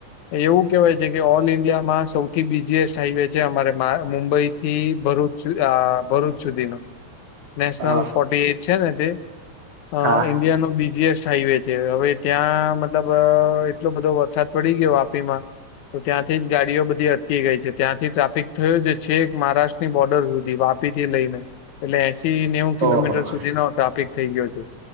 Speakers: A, on the left (about 80°); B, on the right (about 70°).
A: એવું કહેવાય છે કે ઓલ ઈન્ડિયામાં સૌથી બીજી જીએસ્ટ હાઈવે છે અમારે મુંબઈ થી ભરૂચ ભરૂચ સુધીનો. નેશનલ
B: હા
A: ફોર્ટી એઈટ છે ને તે અ
B: હા
A: ઇન્ડિયા નો બિઝિએસ્ટ હાઈવે જે હવે ત્યાં મતલબ એટલો બધો વરસાદ પડી ગયો વાપીમાં. તો ત્યાંથી જ ગાડીઓ બધી અટકી ગઈ છે ત્યાંથી ટ્રાફિક થયો જે છે એક મહારાષ્ટ્રની બોર્ડર સુધી વાપી થી લઈને. એટલે એસી નેવું કિલોમીટર
B: ઓહો
A: સુધીનોો ટ્રાફિક થઈ ગયો છે.